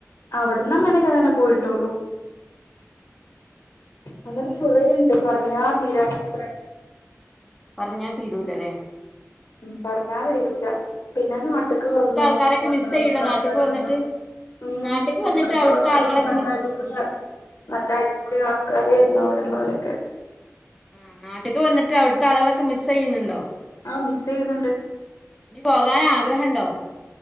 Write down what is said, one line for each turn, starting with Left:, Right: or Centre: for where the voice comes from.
Left: അവിടന്ന് അങ്ങനൊക്കെ അങ്ങനെ പോയിട്ടുള്ളു, അങ്ങനെ കൊരെണ്ട് പറഞ്ഞ തീരാതത്രെ.
Centre: പറഞ്ഞാ തീരി <unintelligible> ലെ
Left: ഉ പറഞ്ഞാ വരൂല പി പിന്നെ നാട്ടൊക്കെ
Centre: അവിടുത്തെ
Left: വന്നു
Centre: ആൾക്കാരൊക്കെ
Left: കൊണ്ടൊക്കെ
Centre: മിസ് ചെയ്യൂലേ
Left: ആൾക്കാർ
Centre: നാട്ട്ക്ക് വന്നിട്ട്
Left: വന്നു ഉ
Centre: നാട്ട്ക്ക് വന്നിട്ട്
Left: അവിടുത്തെ ആൾക്കാരൊക്കെ
Centre: ആളുകളൊക്കെ
Left: നല്ല
Centre: മിസ്
Left: അടിപൊളിയ നല്ല അടിപൊളി ആൾക്കാര് അവിടുള്ളോരൊക്കെ
Centre: ആ നാട്ടേക്ക് വന്നിട്ട് അവിടുത്തെ ആളുകളൊക്കെ മിസ് ചെയ്യുന്നുണ്ടോ
Left: ആ മിസ് ചെയ്യുന്നുണ്ട്
Centre: ഇനി പോകാൻ ആഗ്രഹണ്ടോ